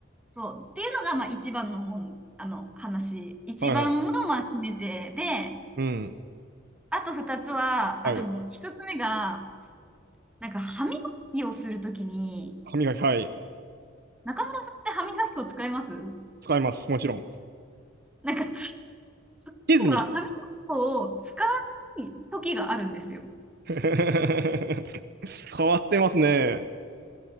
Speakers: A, in the centre; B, on the right.
A: そう。っていうのがまあ一番のもん、あの話。一番のまあ決め手で、
B: はいはい。うん。
A: あと二つは、
B: はい。
A: あの、<laughs> 一つ目が、なんか歯磨きをするときに、
B: 歯磨き、はい。
A: 中村さんって歯磨き粉使います
B: 使います。もちろん。
A: なんかつ、そこは歯磨き粉を使わない時があるんですよ。
B: ディズニー。<laughs> 変わってますね。